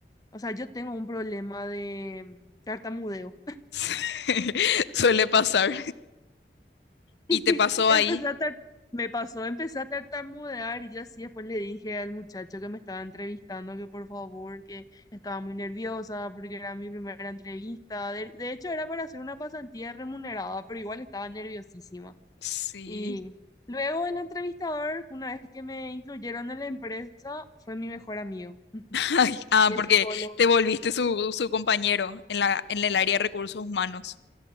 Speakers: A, on the left; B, on the left.
A: o sea, yo tengo un problema de tartamudeo.
B: <laughs> Suele pasar. Y
A: <laughs>
B: te pasó
A: Empecé
B: ahí.
A: a tar- me pasó, empecé a tartamudear y yo así después le dije al muchacho que me estaba entrevistando que por favor, que estaba muy nerviosa porque era mi primera entrevista. De, de hecho, era para hacer una pasantía remunerada, pero igual estaba nerviosísima.
B: Sí.
A: Y luego el entrevistador, una vez que me incluyeron en la empresa, fue mi mejor amigo <laughs>
B: <laughs> Ay, ah,
A: y
B: porque
A: es psicólogo.
B: te volviste su, su compañero en la, en el área de recursos humanos.